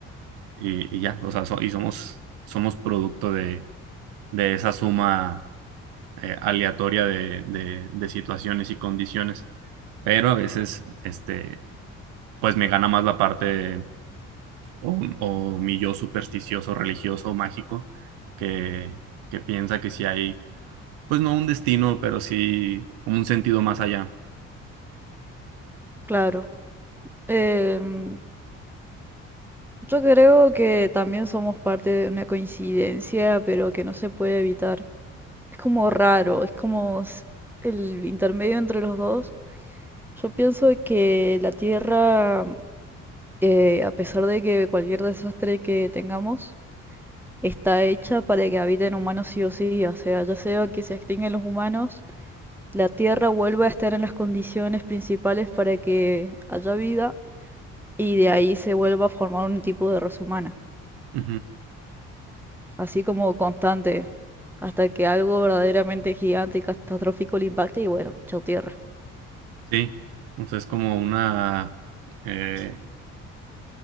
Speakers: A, on the right (about 75°); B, in the centre.
A: y, y ya, o sea, so- y somos, somos producto de, de esa suma eh, aleatoria de, de- de situaciones y condiciones, pero a veces, este, pues me gana más la parte o, o mi yo supersticioso, religioso, mágico, que, que piensa que sí hay, pues no un destino, pero sí un sentido más allá.
B: Claro. Em, yo creo que también somos parte de una coincidencia, pero que no se puede evitar. Es como raro, es como s- el intermedio entre los dos. Yo pienso que la Tierra, eh, a pesar de que cualquier desastre que tengamos, está hecha para que habiten humanos sí o sí, o sea, ya sea que se extinguen los humanos la Tierra vuelva a estar en las condiciones principales para que haya vida y de ahí se vuelva a formar un tipo de raza humana,
A: Ujú,
B: así como constante, hasta que algo verdaderamente gigante y catastrófico le impacte y bueno, chao Tierra.
A: Sí, entonces es como una, eh,